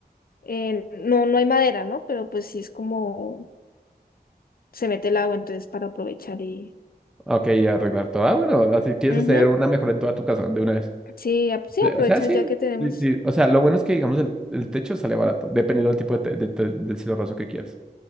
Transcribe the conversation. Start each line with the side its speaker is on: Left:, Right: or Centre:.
Left: eh, no, no hay madera, ¿no? Pero pues sí es como se mete el agua, entonces para aprovechar y...
Centre: Ok, y arreglar todo. Ah, bueno, así quieres
Left: Ujú,
Centre: hacer una mejora en toda tu casa de una vez.
Left: Sí, ap- sí,
Centre: De-
Left: aprovechas
Centre: O sea, sí.
Left: ya que tenemos.
Centre: sí, sí, O sea, lo bueno es que, digamos, el, el techo sale barato, dependiendo del tipo de, te- de te- del cielo raso que quieres.